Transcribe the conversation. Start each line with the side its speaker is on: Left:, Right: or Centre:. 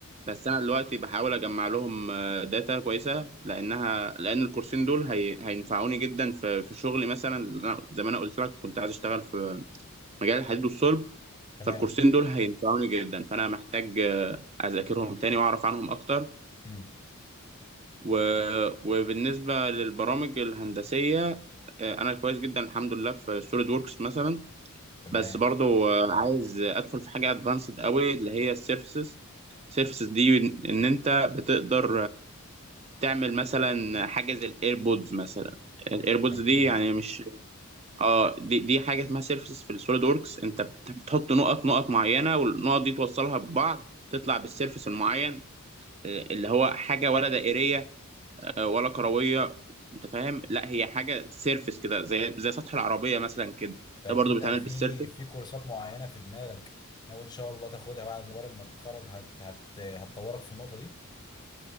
Right: بس انا دلوقتي بحاول اجمع لهم آه، داتا كويسه لانها لان الكورسين دول هي... هينفعوني جدا في في شغلي مثلا أنا زي ما انا قلت لك كنت عايز اشتغل في مجال الحديد والصلب
Left: تمام
Right: فالكورسين دول هينفعوني جدا فانا محتاج آه، اذاكرهم تاني واعرف عنهم اكتر
Left: امم
Right: و... وبالنسبه للبرامج الهندسيه آه، انا كويس جدا الحمد لله في سوليد ووركس مثلا
Left: تمام
Right: بس برضو آه، عايز ادخل في حاجه ادفانسد قوي اللي هي السيرفيسز سيرفيسز دي ان انت بتقدر تعمل مثلا حاجه زي الايربودز مثلا الايربودز
Left: جميل
Right: دي يعني مش اه دي دي حاجه اسمها سيرفيسز في السوليد وركس انت بت- بتحط نقط نقط معينه والنقط دي توصلها ببعض تطلع بالسيرفيس المعين آه، اللي هو حاجه ولا دائريه آه، ولا كرويه انت فاهم لا هي حاجه سيرفيس كده زي زي سطح العربيه مثلا كده
Left: طيب
Right: ده برضو
Left: انت
Right: بيتعمل
Left: في
Right: بالسيرفيس
Left: في كورسات معينه في دماغك لو ان شاء الله تاخدها بعد مجرد ما تتخرج هت هت هتطورك في النقطه دي